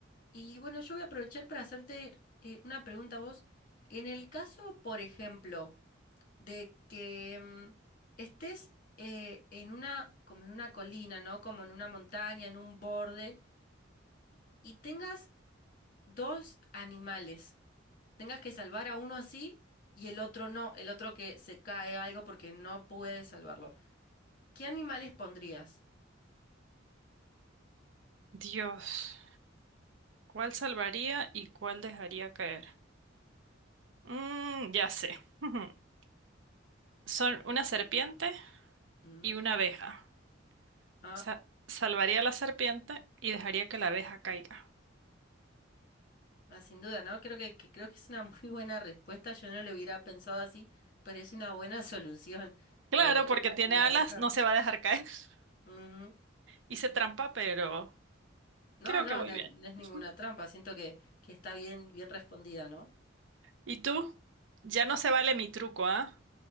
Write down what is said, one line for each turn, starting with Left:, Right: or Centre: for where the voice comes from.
Left: Y bueno, yo voy a aprovechar para hacerte eh, una pregunta a vos. En el caso, por ejemplo, de que mm, estés eh, en una, como en una colina, ¿no? Como en una montaña, en un borde, y tengas dos animales, tengas que salvar a uno así y el otro no, el otro que se cae algo porque no puedes salvarlo. ¿Qué animales pondrías?
Right: Dios, ¿cuál salvaría y cuál dejaría caer? Mm, ya sé. <laughs> Son una serpiente
Left: Mm,
Right: y una abeja.
Left: ah,
Right: Sa- salvaría a la serpiente y dejaría que la abeja caiga.
Left: Ah, sin duda, ¿no? Creo que, que- creo que es una <laughs> muy buena respuesta. Yo no lo hubiera pensado así, pero es una buena <laughs> solución.
Right: Claro,
Left: Eh,
Right: porque
Left: la,
Right: tiene
Left: la
Right: alas,
Left: abeja.
Right: no se va a dejar caer. <laughs>
Left: Ujú.
Right: Hice trampa, pero
Left: No,
Right: creo
Left: no,
Right: que voy
Left: no,
Right: bien.
Left: no es ninguna
Right: <laughs>
Left: trampa. Siento que, que está bien, bien respondida, ¿no?
Right: ¿Y tú? Ya no se vale mi truco, ¿ah?